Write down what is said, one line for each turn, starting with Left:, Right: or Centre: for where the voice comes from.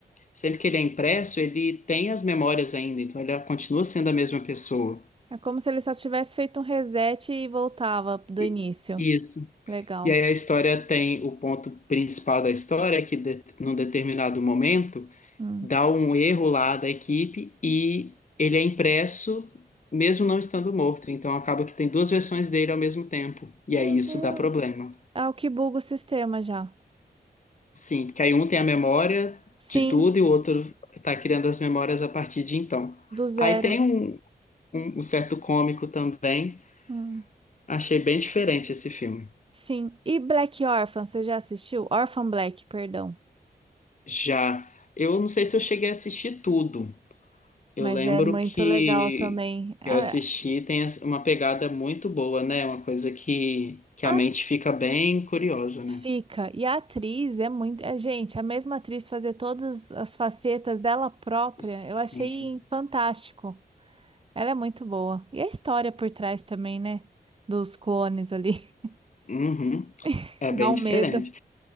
Left: Sempre que ele é impresso, ele tem as memórias ainda, então ele continua sendo a mesma pessoa.
Right: É como se ele só tivesse feito um reset e voltava do
Left: E-
Right: início.
Left: Isso.
Right: Legal.
Left: E aí a história tem o ponto principal da história, é que de, num determinado momento.
Right: Hum.
Left: dá um erro lá da equipe e ele é impresso mesmo não estando morto. Então acaba que tem duas versões dele ao mesmo tempo. E
Right: Meu
Left: aí isso
Right: Deus.
Left: dá problema.
Right: É o que buga o sistema já.
Left: Sim, porque aí um tem a memória
Right: Sim,
Left: de tudo e o outro está criando as memórias a partir de então.
Right: do zero.
Left: Aí tem um, um, um certo cômico também.
Right: Hum.
Left: Achei bem diferente esse filme.
Right: Sim. E Black Orphan, você já assistiu? Orphan Black, perdão.
Left: Já eu não sei se eu cheguei a assistir tudo, Eu
Right: Mas
Left: lembro
Right: é muito
Left: que
Right: legal também. A,
Left: eu assisti, tem as- uma pegada muito boa, né? Uma coisa que, que
Right: a
Left: a mente fica bem curiosa,
Right: fica.
Left: né?
Right: E a atriz é muito. É, gente, a mesma atriz fazer todas as facetas dela própria,
Left: Sim.
Right: eu achei fantástico. Ela é muito boa. E a história por trás também, né? Dos clones ali.
Left: Uhum.
Right: <laughs>
Left: É
Right: Dá
Left: bem
Right: um
Left: diferente.
Right: medo.